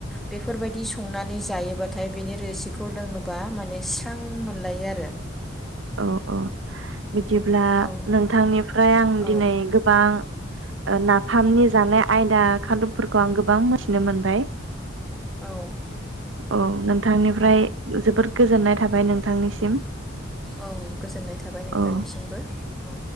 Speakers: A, in the centre; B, on the right.
A: बेफोर बादि संनानै जायोबा थाय बिनि रोसिखौ लोङोबा माने स्रां मोनलायो आरो।
B: औ औ। बिदिब्ला
A: औ
B: नोंथांनिफ्राय आं
A: औ
B: दिनै गोबां। नाफामनि जानाय आयदा खादबफोरखौ आं गोबां मिथिनो मोनबाय
A: औ।
B: औ नोंथांनिफ्राय जोबोद गोजोननाय थाबाय नोंथांनिसिम।
A: औ गोजोननाय थाबाय नोंथांनिसिमबो
B: औ
A: औ।